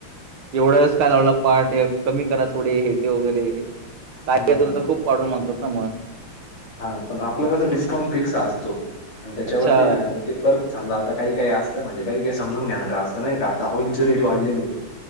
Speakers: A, on the right; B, on the left.
A: एवढंच काय लावला पार्ट कमी करा थोडे हे ते वगैरे काही
B: हम्म
A: लोक ना तर खूप पाडून मागतात ना म
B: हा पण आपलं कसं डिस्काउंट फिक्स असतो आणि त्याच्यावरती
A: अच्छा.
B: ना ते परत समजा आता काही काही असतं म्हणजे काही काही समजून घेणार असत नाही का आता ऑइलचे
A: हं,
B: रेट
A: हं.
B: वाढलेले आहेत